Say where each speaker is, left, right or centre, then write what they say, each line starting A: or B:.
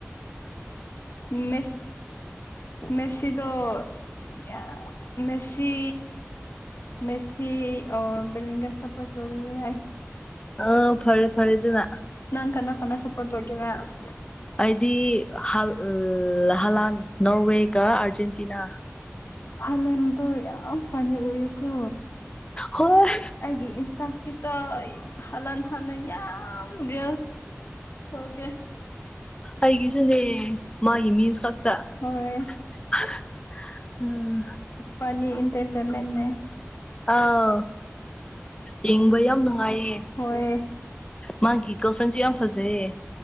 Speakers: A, on the left; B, on the left.
A: ꯎꯝ ꯃꯦꯁ ꯃꯦꯁꯤꯗꯣ ꯌꯥꯝ ꯃꯦꯁꯤ ꯃꯦꯁꯤ ꯑꯣꯔ ꯕꯂꯤꯡꯒꯟ ꯁꯄꯣꯔꯠ ꯇꯧꯋꯦꯕ ꯑꯩ
B: ꯑꯣ ꯐꯔꯦ ꯐꯔꯦ ꯑꯗꯨꯅ
A: ꯅꯪ ꯀꯅꯥ <unintelligible>
B: ꯑꯩꯗꯤ ꯍꯜ ꯍꯂꯥꯟ ꯅꯣꯔꯋꯦ ꯒꯥ ꯑꯥꯔꯖꯦꯟ ꯑꯔꯖꯦꯟꯇꯤꯅꯥ
A: ꯍꯂꯥꯟꯗꯣ ꯌꯥꯝ ꯐꯅꯤ ꯑꯣꯏꯌꯦ ꯀꯣ
B: ꯍꯣꯏ
A: ꯑꯩꯒꯤ ꯏꯟꯇꯥꯄꯤꯠꯇꯣ ꯍꯂꯥꯟ ꯍꯥꯟꯅ ꯌꯥꯝ ꯔꯤꯜꯁ ꯇꯧꯒꯦ
B: ꯑꯩꯒꯤꯁꯨꯅꯦ ꯃꯥꯒꯤ <unintelligible>
A: ꯍꯣꯏ
B: ꯎꯝ
A: ꯐꯅꯤ ꯏꯟꯇꯔꯇꯦꯟꯃꯦꯟꯅꯦ
B: ꯑꯥ ꯌꯦꯡꯕ ꯌꯥꯝ ꯅꯨꯡꯉꯥꯏꯌꯦ
A: ꯍꯣꯏ
B: ꯃꯥꯒꯤ ꯒꯔꯜ ꯐ꯭ꯔꯦꯟꯁꯨ ꯌꯥꯝ ꯐꯖꯩꯌꯦ